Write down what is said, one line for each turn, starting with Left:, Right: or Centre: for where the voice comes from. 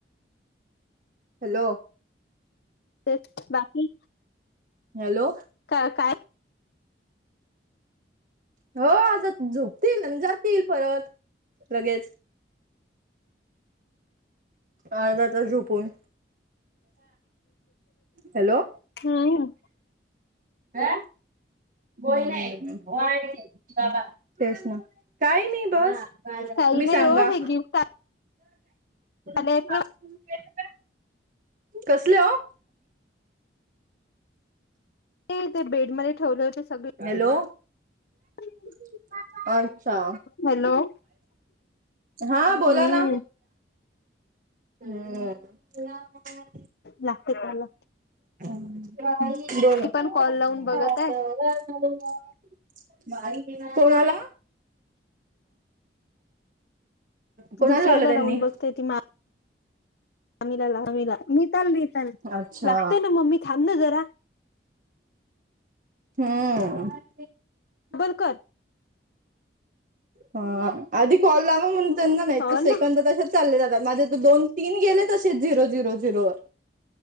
Right: हॅलो.
Left: ते बाकी.
Right: हॅलो.
Left: का काय.
Right: हो आ झोपतील आणि जातील परत लगेच. अर्धा त झोपून हॅलो.
Left: हम्म.
Right: ह बही नाहीबा प्रषणतेच ना. काही नाही बस
Left: काही
Right: तुम्ही
Left: नाही
Right: सांगा.
Left: हो हे गिफ्ट
Right: <unintelligible>
Left: आले आहेत ना
Right: कसले हो.
Left: ते ते बेडमध्येध्ये ठेवलं होते. सगळे
Right: हॅलो.
Left: <unintelligible>
Right: अच्छा.
Left: हॅलो
Right: हा
Left: हम्म
Right: बोला ना. <inaudible> हम्
Left: लागते कॉल
Right: ह. <unintelligible>
Left: ती पण कॉल लावून बघत आहे
Right: <unintelligible> <unintelligible> कोणाला. कोणाला
Left: दुसऱ्याला
Right: लावलं त्यांनी
Left: लावून बघतेय ती मा आलाला मिताल मिताल
Right: अच्छा
Left: लागतय ना मम्मी थांब ना जरा
Right: हा
Left: बलकर
Right: हा आधी कॉल लावा म्हणून त्यांना नाही
Left: हो
Right: तर सेकंद
Left: ना
Right: त चालले माझे तर दोन तीन गेले तसेच झिरो झिरो झिरो ववर